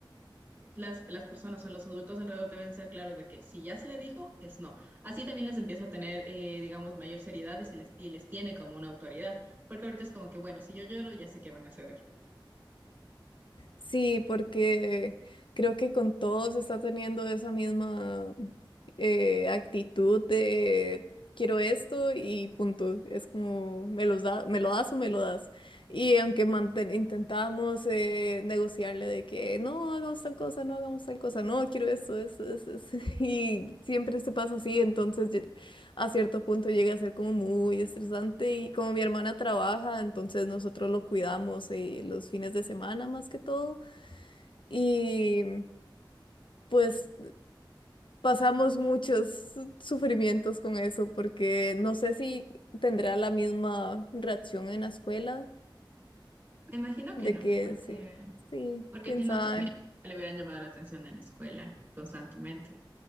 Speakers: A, on the right; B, on the left.
A: las, las personas o los adultos alrededor deben ser claros de que si ya se le dijo, es no. Así también les empieza a tener, eh, digamos, mayor seriedad y, se les, y les tiene como una autoridad, porque ahorita es como que, bueno, si yo lloro, ya sé que van a ceder.
B: Sí, porque creo que con todos está teniendo esa misma eh, actitud de quiero esto y punto. Es como me los da, me lo das o me lo das. Y aunque manten- intentábamos eh, negociarle de que no hagamos tal cosa, no hagamos tal cosa, no quiero esto, esto, esto, esto", <laughs> Y siempre se pasa así, entonces lle- a cierto punto llega a ser como muy estresante. Y como mi hermana trabaja, entonces nosotros lo cuidamos eh, los fines de semana más que todo. Y pues pasamos muchos sufrimientos con eso, porque no sé si tendrá la misma reacción en la escuela,
A: Me imagino
B: de
A: que no,
B: que
A: porque,
B: sí, sí,
A: porque
B: quién
A: si
B: sabe.
A: no, también le hubieran llamado la atención en la escuela constantemente.